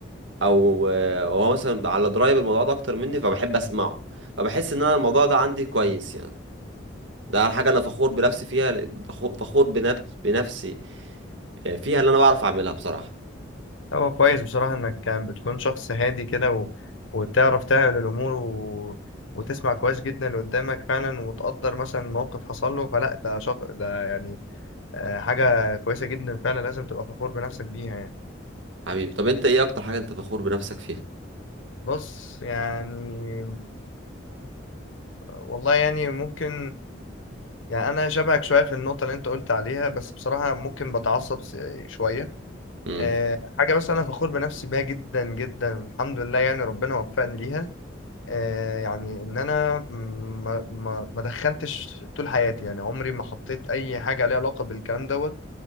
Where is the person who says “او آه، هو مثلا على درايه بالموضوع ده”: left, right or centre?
Right